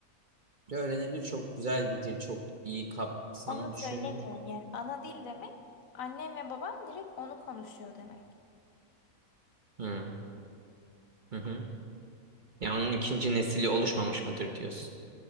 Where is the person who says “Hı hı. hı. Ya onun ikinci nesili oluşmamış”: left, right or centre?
Right